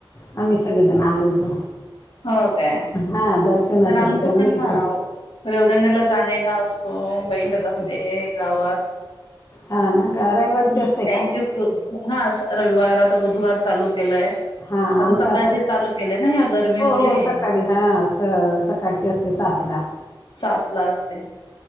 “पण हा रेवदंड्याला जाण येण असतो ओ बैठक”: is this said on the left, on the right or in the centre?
Left